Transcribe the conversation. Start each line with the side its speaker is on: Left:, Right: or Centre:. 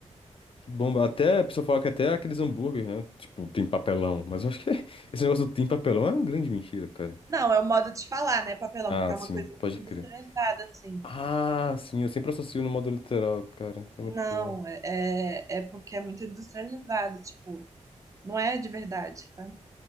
Left: Que bomba. Até a pessoa fala que até aqueles hambúrgueres, né? Tipo, tem papelão. Mas eu acho que <laughs> esse negócio do tem papelão é uma grande mentira, cara.
Right: Não, é o modo de falar, né, papelão,
Left: Ah,
Right: porque é
Left: sim,
Right: uma coisa muito
Left: pode crer.
Right: industrializada, assim.
Left: Ah, sim, eu sempre associo no modo literal, cara. Que
Right: Não,
Left: loucura.
Right: é, é é porque é muito industrializado, tipo, não é de verdade, sabe?